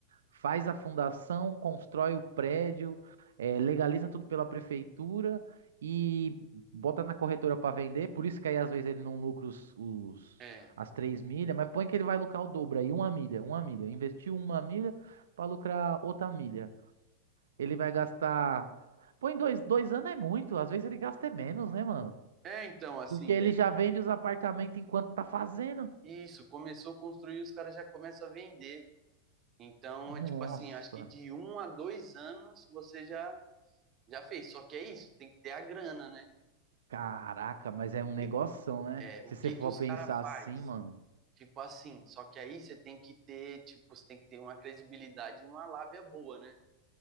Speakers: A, on the right; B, on the right.
A: faz a fundação, constrói o prédio, eh, legaliza tudo pela prefeitura e bota na corretora para vender. Por isso que aí às vezes ele não lucra os, os-
B: É,
A: as três milhas, mas põe que ele vai lucrar o dobro aí, uma milha, uma milha. Investiu uma milha para lucrar outra milha. Ele vai gastar. Põe dois, dois anos é muito, às vezes ele gasta é menos, né, mano?
B: é então, assim,
A: Porque ele
B: é
A: já vende os apartamentos enquanto tá fazendo.
B: isso. Começou a construir, os caras já começam a vender. Então,
A: Nossa.
B: é tipo assim, acho que de um a dois anos você já já fez. Só que é isso, tem que ter a grana, né?
A: Caraca, mas é um negoção,
B: E,
A: né?
B: É,
A: Se
B: o que
A: você for
B: que os
A: pensar
B: caras faz?
A: assim, mano.
B: Tipo assim, só que aí você tem que ter, tipo, você tem que ter uma credibilidade e uma lábia boa, né?